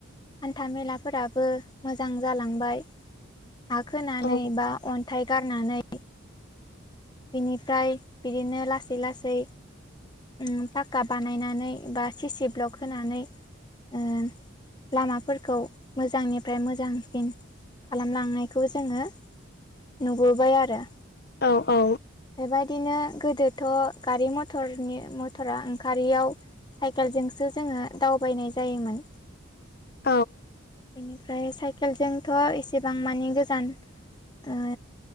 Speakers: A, on the left; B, on the left.
A: हान्था मेलाफोराबो मोजां जालांबाय। हा खोनानै
B: औ
A: बा अन्थाइ गारनानै बिनिफ्राय बिदिनो लासै लासै उम पाक्का बानायनानै बा सिसि ब्लग होनानै
B: <inaudible>
A: ओ लामाफोरखौ मोजांनिफ्राय मोजांसिन खालामलांनायखौ जोङो नुबोबाय आरो।
B: औ औ।
A: बेबायदिनो गोदोथ' गारि मथरनि मथरा ओंखारारियाव साइकेलजोंसो जोङो दावबायनाय जायोमोन
B: <inaudible>
A: बेनिफ्राय साइकेलजोंथ' एसेबां मानि गोजान ओ